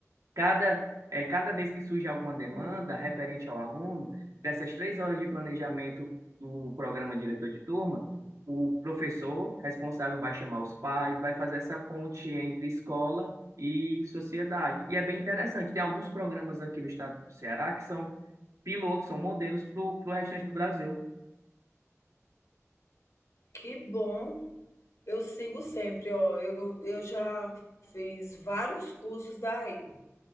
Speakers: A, on the right (about 80°); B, on the left (about 75°).
A: Cada, é, cada vez que surge alguma demanda
B: Sim.
A: referente ao aluno, dessas três horas de planejamento do programa diretor de turma, o professor responsável vai chamar os pais, vai fazer essa ponte entre escola e sociedade. E é bem interessante. Tem alguns programas aqui no estado do Ceará que são pilotos, são modelos para o restante do Brasil.
B: que bom. Eu sigo sempre, ó, eu, eu já fiz vários cursos daí,